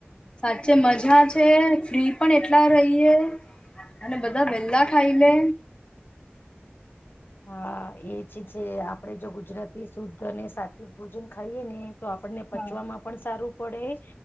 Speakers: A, on the left (about 25°); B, on the left (about 55°).
A: સાચે મજા છે ફ્રી પણ એટલા રહીએ અને બધા વેલા ખાઈ લે.
B: હા એ જ છે આપડે જો ગુજરાતી શુદ્ધ અને સાત્વિક ભોજન ખાઈએ ને તો આપણને પચવામાં
A: હા
B: પણ સારું પડે,